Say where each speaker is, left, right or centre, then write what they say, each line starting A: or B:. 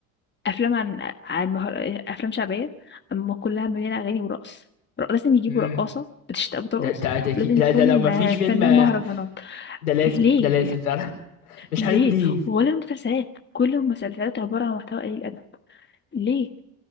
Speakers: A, on the left (about 25°); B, on the left (about 85°).
A: افلام عن عن مهر... افلام شعبيه اما كلها مليانه اغاني ورقص رق- لازم يجيبوا
B: امم
A: رقاصه بتشت- بترقص
B: ده ده ده كي...
A: ولازم
B: لا
A: يكون
B: ده لو مفيش
A: آه،
B: فيلم
A: فنان
B: آه،
A: مهرجانات
B: ده لازم
A: ليه
B: ده لازم فعلا مش
A: ليه
B: عارف ليه
A: ولا المسلسلات كل المسلسلات عباره عن محتوى قليل ادب ليه